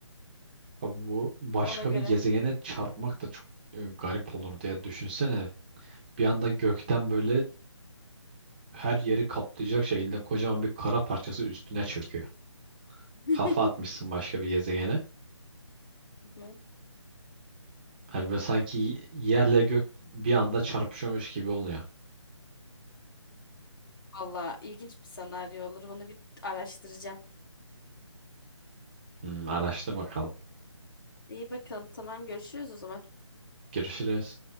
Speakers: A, on the right (about 20°); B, on the left (about 45°).
A: Abi bu başka
B: Ona göre.
A: bir gezegene çarpmak da çok e, garip olurdu ya. Düşünsene bir anda gökten böyle her yeri kaplayacak şekilde kocaman bir kara parçası üstüne çöküyor.
B: <laughs>
A: Kafa atmışsın başka bir gezegene.
B: Hı hı.
A: Hani böyle sanki yerle gök bir anda çarpışıyormuş gibi oluyor.
B: Vallahi ilginç bir senaryo olur. Bunu bir araştıracağım.
A: Hmm, araştır bakalım.
B: İyi bakalım. Tamam görüşürüz o zaman.
A: Görüşürüz.